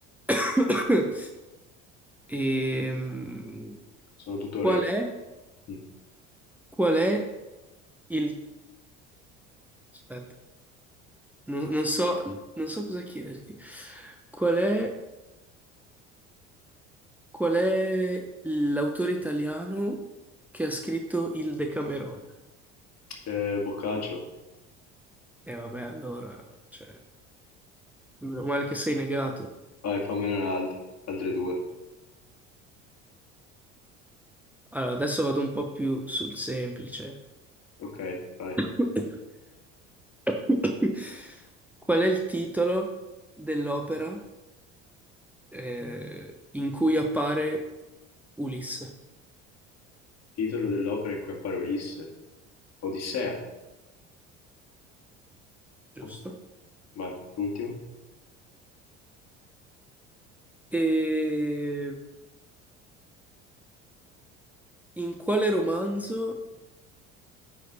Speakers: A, in the centre; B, on the left (about 45°).
A: <coughs> Ehm,
B: sono tutto orecchio.
A: qual è,
B: Mm.
A: qual è il... Aspetta, non, non so, non so cosa chiederti. Qual è, qual è l'autore italiano che ha scritto il Decameron?
B: Eh, Boccaccio.
A: E vabbè, allora, cioè, meno male che sei negato.
B: Vai, fammene un'altra, altre due.
A: Allora, adesso vado un po' più sul semplice.
B: Ok, vai.
A: <coughs> <coughs> Qual è il titolo dell'opera eh, in cui appare Ulisse?
B: Titolo dell'opera in cui appare Ulisse. Odissea.
A: Giusto.
B: Ok, Vai, l'ultimo.
A: E in quale romanzo,